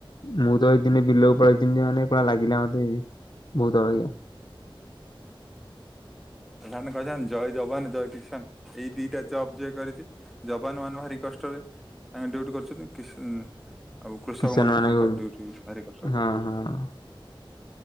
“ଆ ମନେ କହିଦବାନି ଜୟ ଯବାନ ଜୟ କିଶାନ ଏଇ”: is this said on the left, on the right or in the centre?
Centre